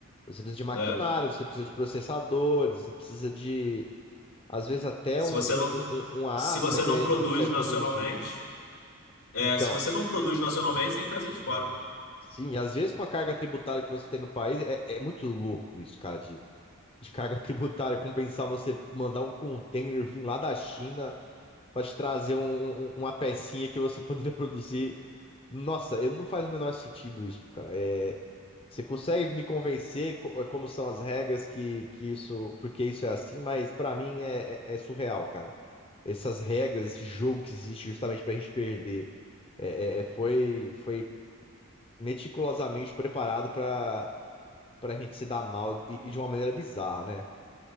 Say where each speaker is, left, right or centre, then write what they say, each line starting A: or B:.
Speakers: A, on the left; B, on the left.
A: Você precisa de maquinário,
B: é.
A: você precisa de processadores, você precisa de, às vezes, até
B: Se
A: um,
B: você
A: um,
B: não,
A: um, um um aço,
B: se você
A: né? Que
B: não
A: a
B: produz
A: gente não consegue
B: nacionalmente,
A: produzir.
B: é,
A: Então,
B: se você não produz nacionalmente, você tem que trazer de fora.
A: sim, às vezes com a carga tributária que você tem no país, é, é muito louco isso, cara, de, de carga <laughs> tributária, compensar você mandar um container vir lá da China para te trazer um, um- um, uma pecinha que você <laughs> poderia produzir. Nossa, eu- não faz o menor sentido isso, cara. É, Você consegue me convencer co- eh, como são as regras que, que isso, porque isso é assim, mas pra mim é, é- é surreal, cara. Essas regras, esse jogo que existe justamente pra gente perder, é- é- é- foi, foi meticulosamente preparado pra, pra gente se dar mal e, e de uma maneira bizarra, né?